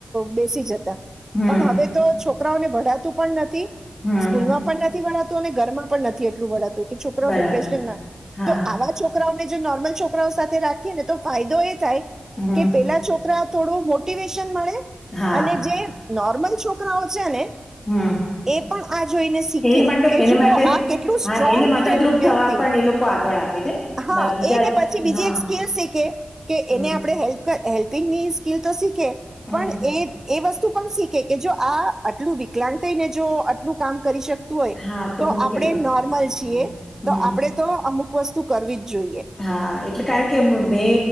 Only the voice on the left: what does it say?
હમ
હમ
બરાબર
હા
હમ
હા
હમ.
એની માટે
એને
માટે
હા
એને મદદરૂપ
થવા પણ એ લોકો આગળ આવે. ને
બા- બીજા
હા
હમ
હમ
હા
હું
કેમ ન કહું
હમ
હમ
હા એટલે કારણ કે બે